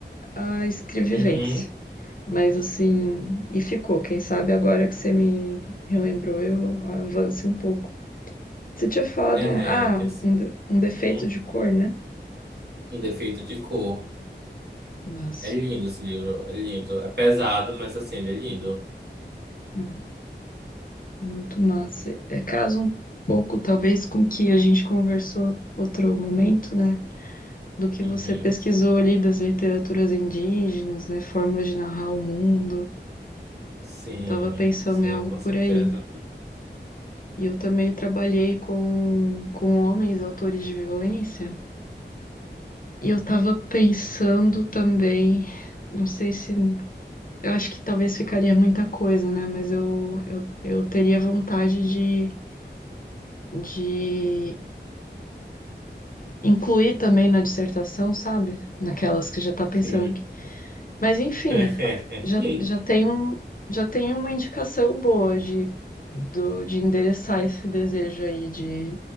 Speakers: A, on the left; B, on the right.
A: a escrevivência.
B: Uhum.
A: Mas assim, e ficou. Quem sabe agora que você me relembrou, eu avance um pouco. Você tinha falado,
B: É,
A: um- ah,
B: que é assim.
A: um, de- um defeito
B: Uhum.
A: de cor, né?
B: Um defeito de cor.
A: Massa.
B: É lindo esse livro, é lindo. É pesado, mas assim, ele é lindo.
A: Uhum. Muito massa. É caso um pouco, talvez, com o que a gente conversou outro momento, né? Do que
B: Uhum.
A: você pesquisou ali das literaturas indígenas, né? Formas de narrar o mundo.
B: Sim,
A: Eu tava pensando
B: sim,
A: em algo
B: com
A: por
B: certeza.
A: aí. E eu também trabalhei com, com homens, autores de violência. E eu tava pensando também, não sei se. Eu acho que talvez ficaria muita coisa, né? Mas eu, eu, eu teria vontade de, de incluir também na dissertação, sabe? Naquelas que já tá pensando.
B: Sim.
A: Mas enfim,
B: <laughs>
A: já, já tem um, já tem uma indicação boa de, do, de endereçar esse desejo aí de